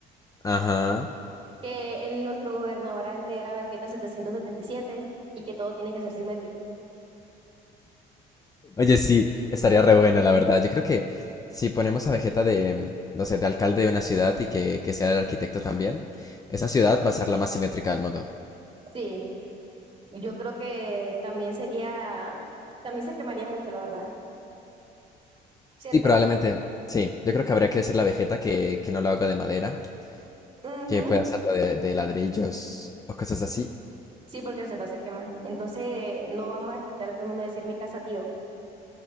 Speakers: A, on the left; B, on the right.
A: Ajá.
B: que el, nuestro gobernador antes era Vegeta 777 y que todo tiene que ser simétrico.
A: Oye, sí, estaría re bueno, la verdad. Yo creo que si ponemos a Vegeta de, no sé, de alcalde de una ciudad y que, que sea el arquitecto también, esa ciudad va a ser la más simétrica del mundo.
B: Sí. Yo creo que también sería, también se quemaría mucho, la verdad, ¿cierto?
A: Sí, probablemente. Sí, yo creo que habría que decirle a Vegeta que, que no lo haga de madera
B: Ujú,
A: que puede hacerlo de, de ladrillos o cosas así.
B: Sí, porque se no se queman. Entonces, no vamos a escuchar a todo el mundo decir mi casa, tío.